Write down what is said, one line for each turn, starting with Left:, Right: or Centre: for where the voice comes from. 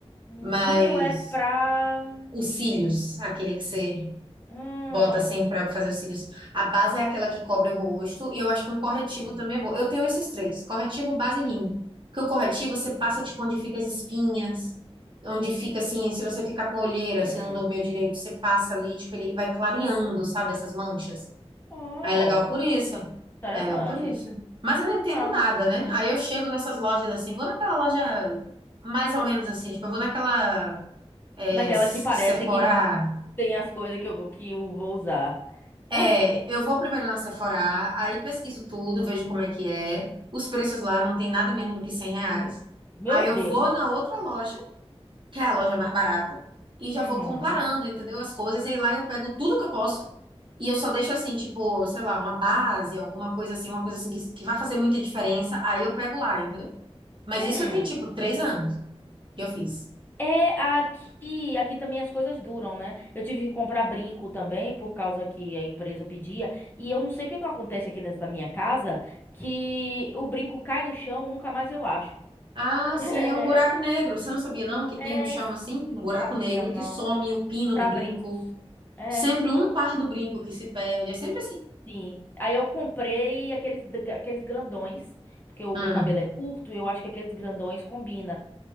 Left: Hum,
Right: Mas
Left: rímel é pra.
Right: os cílios, aquele que você
Left: Hum.
Right: Bota assim pra fazer os cílios. A base é aquela que cobre o rosto e eu acho que um corretivo
Left: Hum.
Right: também é bom. Eu tenho esses três: corretivo, base e rímel. Porque o corretivo você
Left: Hum.
Right: passa tipo onde fica as espinhas, onde fica assim, se você ficar com olheira,
Left: Hum.
Right: se não dormiu direito, você passa ali, tipo, ele vai clareando, sabe, essas manchas.
Left: Oh,
Right: Aí é legal por isso.
Left: interessante.
Right: É legal por isso. Mas eu não entendo
Left: Ah,
Right: nada, né? Aí eu chego nessas lojas assim, vou naquela loja mais ou menos assim, tipo, eu vou naquela é,
Left: daquela
Right: Sephora
Left: que parece que tem as coisas que eu, que eu vou usar.
Right: É,
Left: <laughs>
Right: eu vou primeiro na Sephora, aí pesquiso tudo, vejo como é que é. Os preços lá não tem nada menos do que 100 reais.
Left: Meu
Right: Aí eu
Left: Deus.
Right: vou na outra loja, que é a loja mais barata, e já
Left: Uhum.
Right: vou comparando, entendeu? As coisas, e lá eu pego tudo que eu posso, e eu só deixo assim, tipo, sei lá, uma base, alguma coisa assim, uma coisa assim que, que vai fazer muita diferença, aí eu pego lá, entendeu? Mas
Left: Hum.
Right: isso tem, tipo, três anos que eu fiz.
Left: É aqui, aqui também as coisas duram, né? Eu tive que comprar brinco também por causa que a empresa pedia, e eu não sei o que que acontece aqui nessa minha casa que o brinco cai no chão, nunca mais eu acho.
Right: Ah,
Left: <laughs>
Right: sim, é um buraco negro. Você não sabia, não, que
Left: É,
Right: tem no chão assim? Um buraco
Left: Sabia,
Right: negro
Left: não.
Right: que some o pino
Left: Pra
Right: do brinco.
Left: brincos. É,
Right: Sempre um par do brinco que se perde. É sempre assim.
Left: sim. Aí eu comprei aqueles, d- aqueles grandões, porque o
Right: Hum,
Left: meu cabelo é curto e eu acho que aqueles grandões combina.